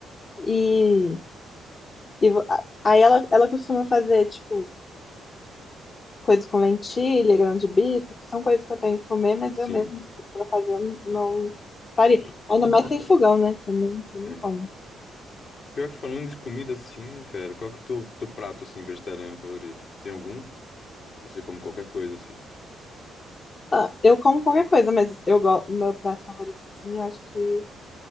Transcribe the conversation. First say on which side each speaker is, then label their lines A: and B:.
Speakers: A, on the left; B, on the left.
A: E, e vo- a- aí ela, ela costuma fazer, tipo, coisas com lentilha, grão de bico, que são coisas que eu tenho que comer, mas
B: Sim.
A: eu mesmo para fazer eu não faria. Ainda mais sem fogão, né? Também tem
B: é.
A: como.
B: Pior que falando de comida assim, cara, qual que é o teu, teu prato assim vegetariano favorito? Tem algum? Você come qualquer coisa assim.
A: Ah, eu como qualquer coisa, mas eu gosto, o meu prato favorito, assim, eu acho que